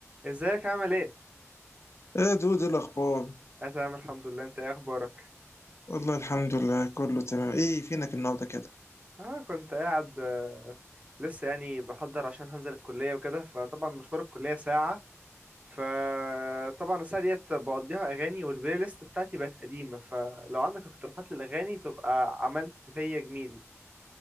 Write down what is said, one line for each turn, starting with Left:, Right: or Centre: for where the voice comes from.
Right: ازيك عامل ايه؟
Left: يا دود ايه الاخبار
Right: اه تمام الحمد لله انت ايه اخبارك؟
Left: والله الحمد لله كله تمام ايه فينك النهارده كده
Right: اه كنت قاعد آه، لسه يعني بحضر عشان هنزل الكلية وكده فطبعا مشوار الكلية ساعة فطبعا الساعة ديت بقضيها اغاني والبلاي ليست بتاعتي بقت قديمة فلو عندك اقتراحات للاغاني تبقى عملت فيا جميل